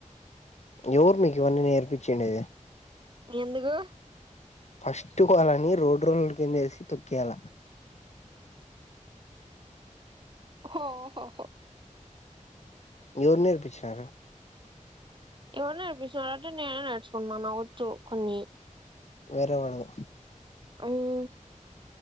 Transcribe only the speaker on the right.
ఎందుకు
ఓహోహో
ఎవరు నేర్పిస్తున్నారు అంటే నేనే నేర్చుకున్ను నాకొచ్చు కొన్ని
ఉం